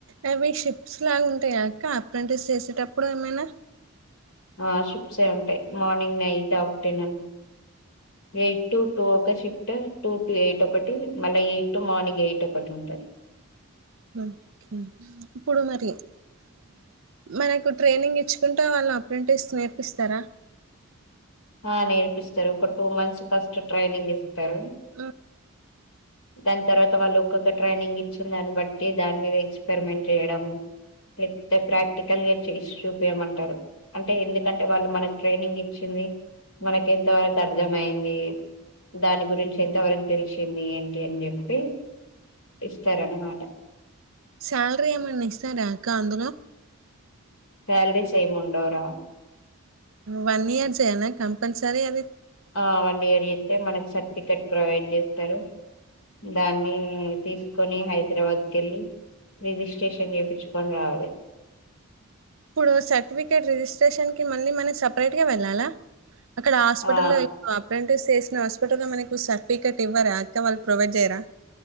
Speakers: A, on the right (about 65°); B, on the left (about 70°).
A: అవి షిప్స్ లాగా ఉంటాయి అక అప్రంటస్ చేసేటప్పుడు ఏమైనా
B: ఆ షిప్సే ఉంటాయి morning night afternoon eight to two ఒక షిఫ్ట్ టూ టు ఎయిట్ ఒకటి మళ్ళీ ఎయిట్ టు మార్నింగ్ ఎయిట్ ఒకటి ఉంటుంది
A: నో సౌండ్ ఇప్పుడు మరి మనకు ట్రైనింగ్ ఇచ్చుకుంటా వాళ్ళ అప్రెంటిస్ నేర్పిస్తారా
B: ఆ నేర్పిస్తారు ఒక టూ మంత్స్ ఫస్ట్ ట్రైనింగ్ ఇస్తారు
A: ఉ
B: దాని తర్వాత వాళ్ళు ఒక్కొక్క ట్రైనింగ్ ఇచ్చి దాన్ని బట్టి దాని మీద ఎక్స్పెరిమెంట్ చేయడం లేపోతే ప్రాక్టికల్గా చేసి చూపయమంటారు అంటే ఎందుకంటే వాళ్ళు మనకి ట్రైనింగ్ ఇచ్చింది మనకి ఎంత వరకు అర్థ అయింది దాని గురించి ఎంత వరకు తెలిసింది అని చెప్పి ఇస్తార అన్నమాట
A: శాలరీ ఏమన్నాస్తా రాకా అక్క అందులో
B: శాలరీస్ ఏముండవుర
A: వన్ ఇయర్స్యనా కంపల్సర అది
B: ఆ వన్ ఇయర్ అయితే మనకి సర్టిఫికెట్ ప్రొవైడ్ చేస్తారు దాన్ని తీసుకొని హైదరాబాద్ వెళ్ళి రిజిస్ట్రేషన్ చేపించుకొని రావాలి
A: ఇప్పుడు సర్టిఫికెట్ రిజిస్ట్రేషన్కి మళ్ళీ మన సపరేట్గా వెళ్ళాలా అక్కడ హాస్పిటల్లో
B: ఆ
A: అప్రెంటిస్ చేేసిన హాస్పిటల్లో మనకి సర్టిఫికేట్ ఇవ్వరా అక్క వాళ్ళు ప్రొవైడ్ చేయరా